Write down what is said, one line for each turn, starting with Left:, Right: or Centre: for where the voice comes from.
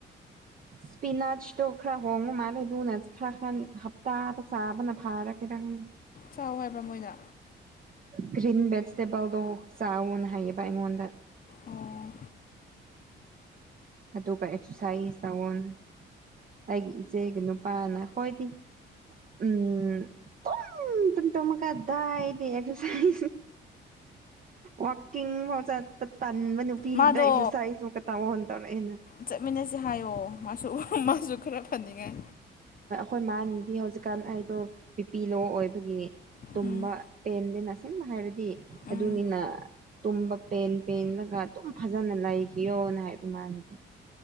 Right: ꯏꯁꯄꯤꯅꯥꯁꯇꯣ ꯈꯔ ꯍꯣꯡꯉꯨ ꯃꯥꯜꯂꯦ ꯑꯗꯨꯅ ꯈꯔ ꯈꯔ ꯍꯞꯇꯥꯗ ꯆꯥꯕꯅ ꯐꯥꯔ ꯏꯔꯥꯡ
Left: ꯆꯥꯎ ꯍꯥꯏꯕ꯭ꯔꯥ ꯃꯣꯏꯅ
Right: ꯒ꯭ꯔꯤꯟ ꯚꯦꯖꯤꯇꯦꯕꯜꯗꯣ ꯆꯥꯑꯣꯅ ꯍꯥꯏꯌꯦ ꯕ ꯑꯩꯉꯣꯟꯗ
Left: ꯑꯣ
Right: ꯑꯗꯨꯒ ꯑꯦꯛꯁꯔꯁꯥꯏꯁ ꯇꯥꯋꯟ ꯑꯩꯒꯤ ꯏꯆꯦꯒꯤ ꯅꯨꯄꯥꯅ ꯍꯣꯏꯗꯤ ꯎꯝ ꯇꯨꯝ ꯇꯨꯝ ꯇꯨꯃꯒ ꯗꯥꯏꯗꯤ ꯑꯦꯔꯥꯏ ꯋꯥꯀꯤ ꯄꯥꯎ ꯆꯠꯄ ꯇ ꯇꯟꯕ ꯅꯨꯄꯤꯗ
Left: ꯃꯥꯗꯣ
Right: ꯑꯦꯛꯁꯔꯁꯥꯢꯖ ꯃꯨꯀ ꯇꯧꯅ ꯇꯧꯔꯦꯅ
Left: ꯆꯠꯃꯤꯟꯅꯁꯦ ꯍꯥꯏꯌꯣ ꯃꯥꯁꯨ ꯃꯥꯁꯨ ꯈꯔ ꯐꯅꯤ ꯉꯥꯏ
Right: ꯍꯣꯏ ꯃꯥꯗꯤ ꯍꯧꯖꯤꯛꯀꯥꯟ ꯑꯩꯗꯣ ꯕꯤꯄꯤ- ꯂꯣ ꯑꯣꯏꯕꯒꯤ ꯇꯨꯝꯕ
Left: ꯎꯝ
Right: ꯄꯦꯟꯗꯦꯅ ꯑꯁ‌ꯦꯡꯕ ꯍꯥꯏꯔꯗꯤ
Left: ꯎꯝ
Right: ꯑꯗꯨꯅꯤꯅ ꯇꯨꯝꯕ ꯄꯦꯟ ꯄꯦꯟꯂꯒ ꯑꯗꯨꯝ ꯐꯖꯅ ꯂꯩꯈꯤꯌꯣꯅ ꯍꯥꯏꯕ ꯃꯅꯗ